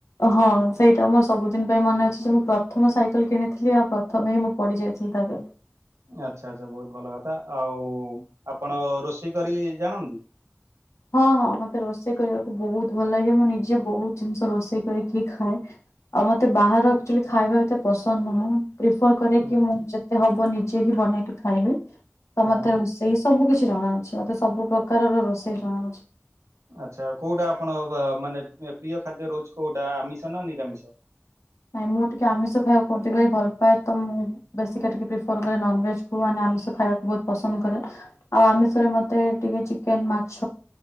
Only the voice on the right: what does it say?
ଆଚ୍ଛା ଆଚ୍ଛା ବୋହୁତ୍ ଭଲ କଥା ଆଉ ଆପଣ ରୋଷେଇ କରି ଜାଣନ୍ତି?
ହୁଁ
ହୁଁ
ହଁ
ଆଚ୍ଛା କୋଉଟା ଆପଣ ମାନେ ପ୍ରିୟ ଖାଦ୍ୟ ରହୁଛି କୋଉଟା ଆମିଷ ନା ନିରାମିଷ?